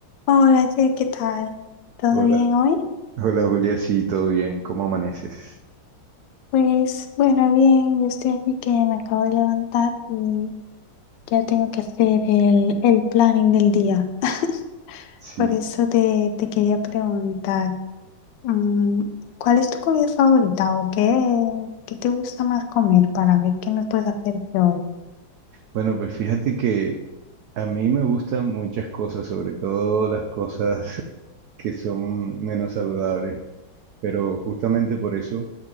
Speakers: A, on the left; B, on the right.
A: Hola, Jay, ¿qué tal? ¿Todo
B: Hola,
A: bien hoy?
B: hola Julia, sí, todo bien, ¿cómo amaneces?
A: Pues bueno, bien, yo estoy aquí que me acabo de levantar y ya tengo que hacer el, el planning del día. <laughs>
B: Sí,
A: Por eso te, te quería preguntar, mm, ¿cuál es tu comida favorita o qué, qué te gusta más comer para ver qué me puedes hacer yo hoy?
B: bueno, pues fíjate que a mí me gustan muchas cosas, sobre todo las cosas <laughs> que son menos saludables. pero justamente por eso